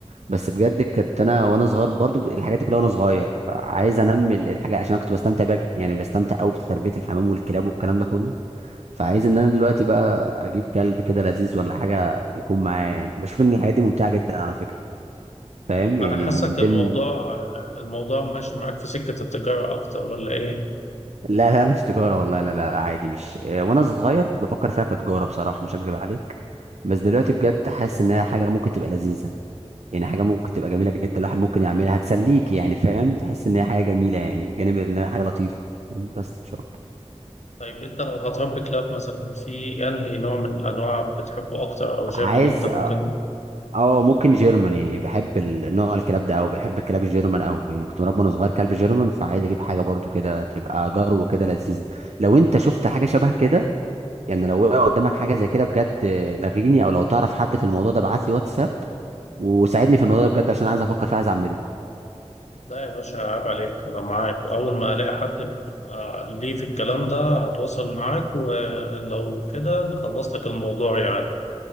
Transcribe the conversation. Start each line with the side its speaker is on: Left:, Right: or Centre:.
Right: بس بجد كنت انا وانا صغير برضو الحاجات دي كلها وانا صغير فعايز انمي ال- الحاجه عشان انا كنت بستمتع بقى يعني بستمتع قوي بتربيه الحمام والكلاب والكلام ده كله فعايز ان انا دلوقتي بقى اجيب كلب كده لذيذ ولا حاجه يكون معايا يعني بشوف ان الحاجات دي ممتعه جدا على فكره فاهم
Left: مم.
Right: يعني
Left: أنا حاسك
Right: من ضمن
Left: الموضوع الموضوع ماشي معاك في سكة التجارة أكتر ولا إيه؟
Right: <laughs> لا لا مش تجاره والله لا لا عادي مش آه، وانا صغير كنت بفكر فيها كتجاره بصراحه مش هكدب عليك بس دلوقتي بجد حاسس ان هي حاجه ممكن تبقى لذيذه يعني حاجه ممكن تبقى جميله جدا الواحد ممكن يعملها هتسليك يعني فاهم تحس ان هي حاجه جميله يعني بجانب ان هي حاجه لطيفه بس مش اكتر
Left: طيب أنت لو هتربي كلاب مثلا في أنهي نوع من الأنواع بتحبه أكتر أو شايف
Right: عايز
Left: إن أنت ممكن
Right: اه ممكن جيرمان يعني بحب ال- نوع الكلاب ده قوي بحب الكلاب الجيرمان قوي يعني كنت مربي وانا صغير كلب جيرمان فعايز اجيب حاجه برضو كده تبقى جرو كده لذيذه لو انت شفت حاجه شبه كده يعني لو وقع قدامك حاجه زي كده بجد آه، لغيني او لو تعرف حد في الموضوع ده ابعت لي واتساب وساعدني في الموضوع ده بجد عشان عايز افكر فيه عايز اعمله
Left: لا يا باشا عيب عليك أنا معاك أول ما ألاقي حد بيبقى ليه في الكلام ده هتواصل معاك ولو كده خلصت لك الموضوع يعني